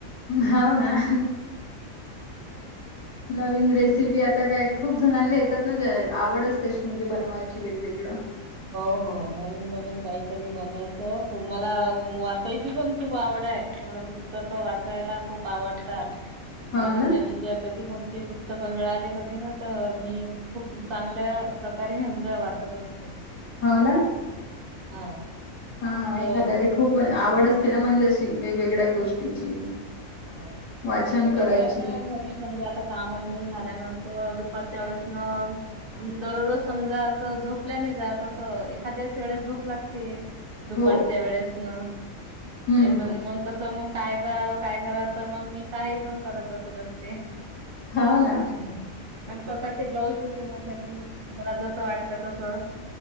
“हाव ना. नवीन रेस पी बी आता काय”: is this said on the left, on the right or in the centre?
Left